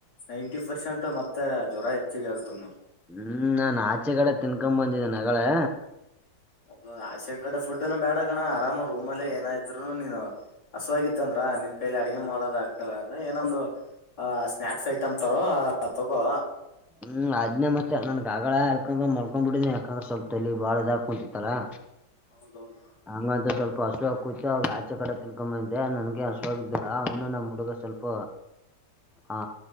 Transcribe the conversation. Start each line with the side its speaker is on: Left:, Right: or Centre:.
Left: ನೈಂಟಿ ಪರ್ಸೆಂಟ್ ಮತ್ತೆ ಜ್ವರ ಹೆಚ್ಚಿಗೆ ಆಗ್ತದ ನೋಡು
Centre: ಹ್ಮ್ ನಾನು ಆಚೆಕ ಡೆ ತಿನ್ಕೊ ಬಂದಿದೀನಿ ಆವಾಗ್ಲೇ.
Left: ಹೌದೌದು ಆಚೆ ಕಡೆ ಫುಡ್ನ ಬೇಡಗಣ ಆರಾಮ ರೂಮ್ ಅಲ್ಲೇ ಏನ ಇದ್ರು ನೀನ್ ಹಸಿವಾಗಿತಂದ್ರ. ಕೈಲಿ ಅಡಗೆ ಮಾಡೋದ ಆಗ್ತಿಲ್ಲ ಅಂದ್ರೆ ಏನೊಂದು ಆ ಸ್ನಾಯಕ್ಸ್ ಐಟಮ್ ತರೋ ತಗೋ.
Centre: ಹ್ಮ್ ಆದ್ನೆ ಮತ್ತೆ ನನ್ಗ್ ಆಗಳೆ ಎಕ ಮಲ್ಕೊಂಡ್ ಬಿಟ್ಟಿದನಿ ಯಾಕಂದ್ರ ಸ್ವಲ್ಪ ಬಾಳ ಇದ ಅಗಕುಂಟಿತ್ತಲ್ಲಾ
Left: ಹೌದೌದು
Centre: ಹಂಗಂತ ಸ್ವಲ್ಪ ಹಸ ಕೂತು ಅವ ಆಚೆ ಕಡೆ ತಿನ್ಕೊದ್ದೆ ನನ್ಗೆ ಹಸಿವಾಗದ್ದಿಲ್ಲ ಅವನು ನಮ್ಮ ಹುಡುಗ ಸ್ವಲ್ಪ ಹಾ